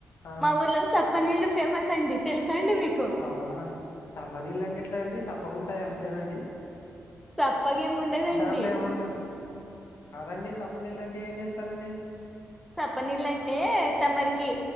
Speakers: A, on the left (about 65°); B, in the centre.
A: ఆ
B: మా ఊర్లో సప్పనీళ్ళు ఫేమస్ అండి తెలుసా అండి మీకు
A: అవునా సప్ప నీళ్ళ అంటే ఎట్లా అండి సప్పగాంటాయి అంతేనండి
B: తప్పకేం ఉండదండి
A: దాంట్లో ఏమన్నా కాదండి సప్పనీళ్లంటే ఏం చేస్తారండి
B: సప్పనీళ్ళ అంటే తమరికి